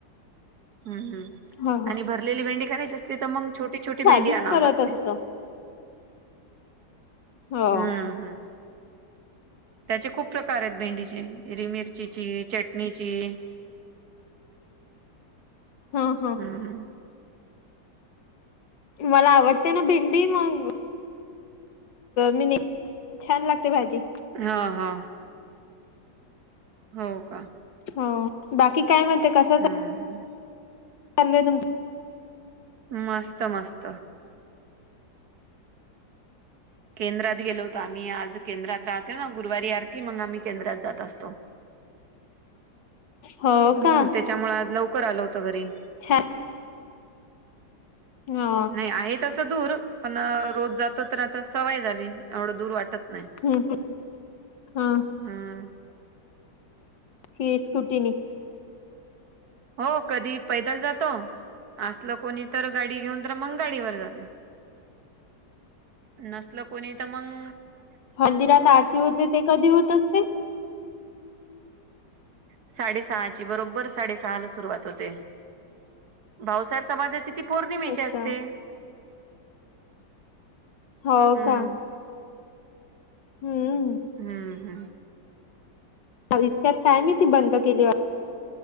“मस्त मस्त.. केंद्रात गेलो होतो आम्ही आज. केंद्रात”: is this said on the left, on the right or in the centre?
Right